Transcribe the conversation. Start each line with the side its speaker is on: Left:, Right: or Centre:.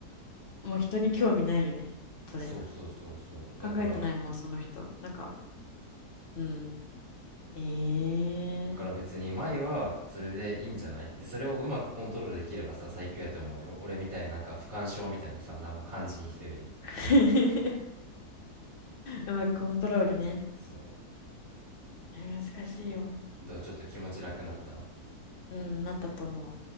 Left: もう人に興味ないよね。それ。
Right: そうそうそうそうだから
Left: 考えてないもん、その人。なんか、うん。
Right: だから別に前はそれでいいんじゃないでそれをうまくコントロールできればさ最強やと思うよ俺みたいななんか不干渉みたいなさ何も肝心人より
Left: ええー。<laughs> うまくコントロールね。
Right: そ
Left: 難しいよ。
Right: うどうちょっと気持ち楽になった
Left: うん、なったと思う。